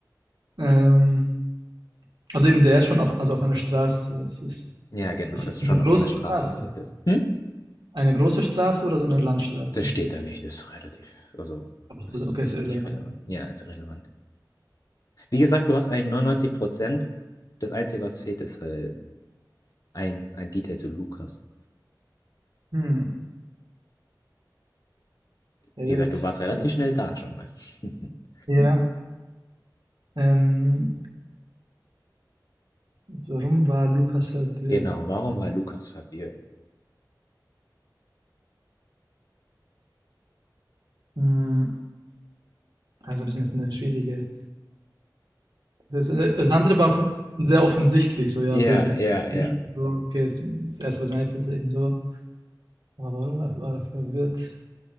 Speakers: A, on the right; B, on the left.
A: Ähm, also eben, der ist schon auf, also auf einer Straße. Es ist,
B: Ja, genau,
A: es
B: dass
A: ist
B: es
A: eine
B: schon
A: große
B: von der Straße
A: Straße.
B: passiert ist. Hm?
A: Eine große Straße oder so eine Landstraße?
B: Das steht da nicht, das ist relativ, also
A: Das
B: es
A: ist, okay,
B: ist
A: das ist irrelevant.
B: nicht relevant. Ja, ist relevant. Wie gesagt, du hast eigentlich 99 Prozent. Das Einzige, was fehlt, ist halt ein, ein Detail zu Lukas.
A: Hm. Ja,
B: Wie
A: jetzt,
B: gesagt, du warst relativ
A: also,
B: schnell da schon mal. <laughs>
A: ja. Ähm, jetzt, warum war Lukas verwirrt?
B: Genau, warum war Lukas verwirrt?
A: Hm. Also ein bisschen jetzt eine schwierige. Das, das andere war für mich sehr offensichtlich. So, ja,
B: Ja,
A: okay, er
B: ja,
A: hat nicht
B: ja.
A: so, okay, das, das erste, was mir einfällt, eben so. Aber warum war er verwirrt?